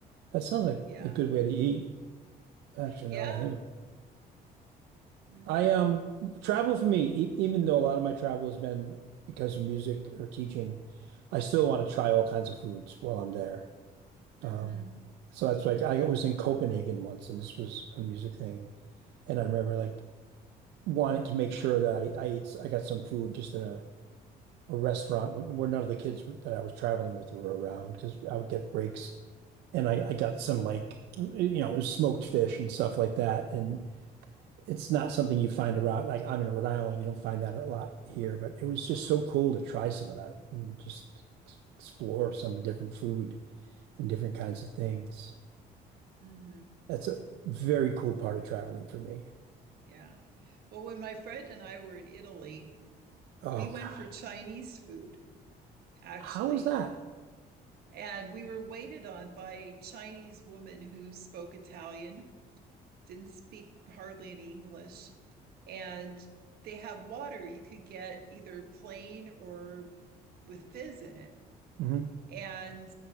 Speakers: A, on the right (about 80°); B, on the right (about 65°).
A: That sounds like
B: Yeah.
A: a good way to eat, actually,
B: Yeah.
A: now that I think. of it.
B: Mm-hmm.
A: I um travel for me, e even though a lot of my travel has been because of music or teaching, I still want to try all kinds of foods while I'm there.
B: Mm-hmm.
A: Um, so that's like I was in Copenhagen once, and this was a music thing, and I remember like wanting to make sure that I I ate, s- I got some food just in a, a restaurant where, where none of the kids that I was traveling with were around because I would get breaks, and I I got some like you know smoked fish and stuff like that, and it's not something you find around. Like I'm in Rhode Island, you don't find that a lot here, but it was just so cool to try some of that and just ex- explore some different food and different kinds of things.
B: Mm-hmm.
A: That's a very cool part of traveling for me.
B: Yeah. Well, when my friend and I were in Italy,
A: Oh
B: we went
A: God,
B: for Chinese food, actually.
A: how is that?
B: And we were waited on by a Chinese woman who spoke Italian, didn't speak hardly any English. And they had water you could get either plain or with fizz in it.
A: hmm
B: And